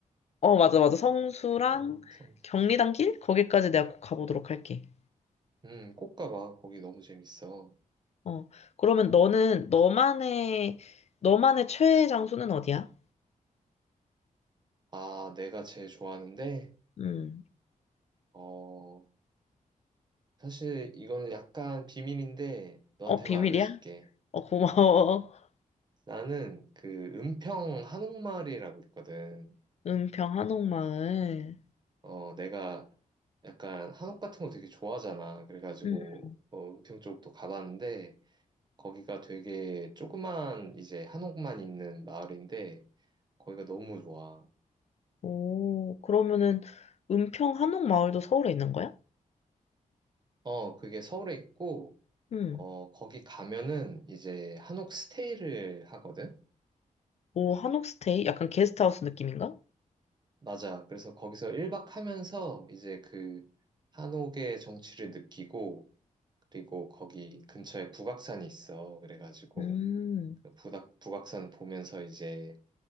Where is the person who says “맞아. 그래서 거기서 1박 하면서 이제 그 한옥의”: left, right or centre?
Right